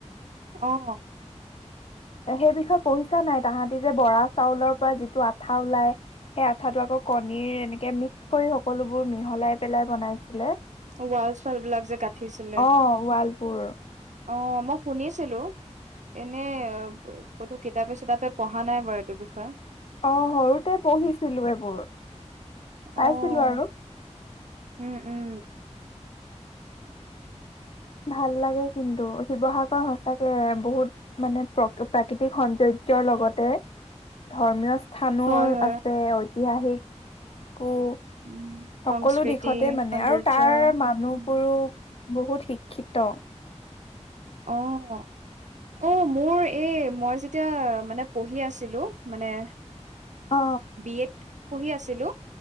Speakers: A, on the right (about 80°); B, on the left (about 55°).
A: অহ।
B: সেই বিষয়ে পঢ়িছা নাই তাহাঁতি যে বৰা চাউলৰ পৰা যিটো আঠা ওলাই সেই আঠাটো আকৌ কণীৰ এনেকে মিক্স কৰি সকলোবোৰ মিহলাই পেলাই বনাইছিলে।
A: ৱাল চোৱাল বিলাক যে গাঠিছিলে।
B: অ' ৱালবোৰ
A: অ', মই শুনিছিলোঁ এনে ক'তো কিতাপে চিতাপে পঢ়া নাই বাৰু এইটো বিষয়ে।
B: অ', সৰুতে পঢ়িছিলোঁ এইবোৰ।
A: অ',
B: পাইছিলোঁ আৰু।
A: উম, উম,
B: ভাল লাগে কিন্তু শিৱসাগৰ সচাকে বহুত মানে প্ৰ প্ৰাকৃতিক সৌন্দৰ্যৰ লগতে ধৰ্মীয় স্থানো
A: হয়, হয়।
B: আছে। তি আহি। অ'
A: উম,
B: সকলো
A: সংস্কৃতি
B: দিশতে মানে
A: সৌন্দৰ্য
B: আৰু তাৰ মানুহবোৰো।
A: উম,
B: বহুত শিক্ষিত।
A: অহ অ' মোৰ এই মই যেতিয়া মানে পঢ়ি আছিলোঁ মানে।
B: অ
A: বি এড। পঢ়ি আছিলো